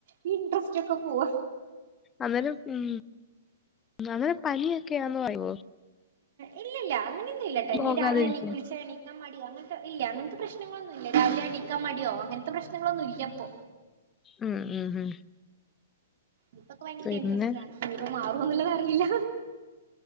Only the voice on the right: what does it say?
ഈ ഇൻട്രസ്റ്റ് ഒക്കെ പോവാ.
ഇല്ല ഇല്ലാ അങ്ങനൊന്നും ഇല്ല ട്ടോ ഇനി
രാവിലെ എണക്ക് വിളിച്ച എണക്ക് മടിയോ അങ്ങനത്തെ ഇല്ല അങ്ങനത്തെ പ്രശ്നങ്ങളൊന്നും ഇല്ല രാവില എണീക്കാൻ മടിയോ അങ്ങനത്തെ പ്രശ്നങ്ങളൊന്നും ഇല്ലപ്പോ
ഇപ്പൊക്കെ ഭയങ്കര
ഇൻട്രസ്റ്റ് ആ നീപ്പ മാറുംന്നുള്ളത് അറിയില്ല